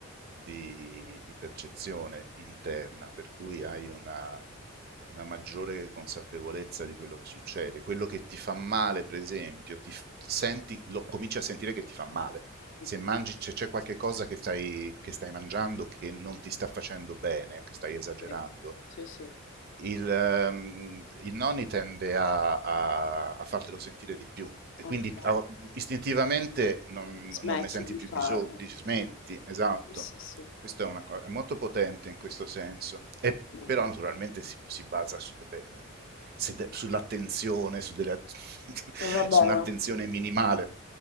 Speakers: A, on the right (about 45°); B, on the left (about 60°).
A: di, di percezione interna, per cui hai una, una maggiore consapevolezza di quello che succede. Quello che ti fa male, per esempio, ti f- senti, lo cominci a sentire che ti fa male. Se
B: okay,
A: mangi, se c'è qualche cosa che stai, che stai mangiando che non ti sta facendo bene, che stai esagerando,
B: sì. Sì, sì,
A: il, ehm, il nonni tende a, a- a fartelo sentire di più e
B: okay.
A: quindi ah, istintivamente non,
B: Smetti
A: non ne senti
B: di
A: più
B: farlo.
A: bisogno, dici smetti, esatto.
B: Sì, sì, sì.
A: Questo è, una co- è molto potente in questo senso, e,
B: Mh.
A: però naturalmente si, si basa su delle- se de- sull'attenzione, su, delle- <laughs>
B: E va
A: su
B: bene.
A: un'attenzione minimale.